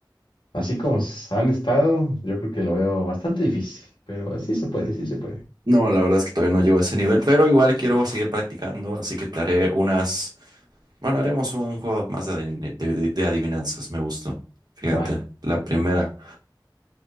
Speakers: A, on the left; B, on the right.
A: así como s- han estado, yo creo que lo veo bastante difícil, pero sí se puede, sí se puede.
B: No, la verdad es que todavía no llego a ese nivel, pero igual quiero seguir practicando, así que te haré unas... Bueno, haremos un juego más de, adivin- de- de- de adivinanzas, me gustó. Fíjate,
A: Va.
B: la primera.